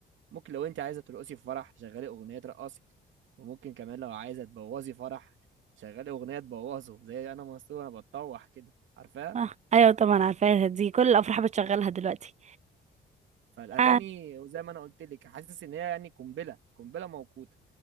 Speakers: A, on the right (about 75°); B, on the right (about 35°).
A: ممكن لو انت عايزه ترقصي في فرح تشغلي اغنيه ترقصك وممكن كمان لو عايزه تبوظي فرح تشغلي اغنيه تبوظه زي انا مسطول انا بتطوح كده عارفاها
B: اه ايوه طبعا عارفاها دي كل الافراح بتشغلها دلوقتي
A: فالاغاني
B: آه.
A: وزي ما انا قلت لك حاسس ان هي يعني قنبله قنبله موقوته